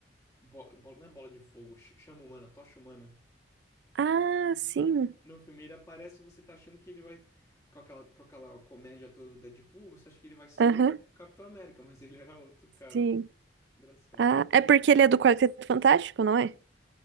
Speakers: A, on the left; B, on the right.
A: bo- Bola, não é bola de fogo, ch- chama humana, tocha humana.
B: Ah, sim.
A: No filme ele aparece e você tá achando que ele vai. Com aquela, com aquela comédia toda do Deadpool, você acha que ele vai ser
B: Aham,
A: o Capitão América, <laughs> mas ele era outro cara.
B: sim.
A: Engraçado.
B: Ah, é porque ele é do Quarteto Fantástico, não é?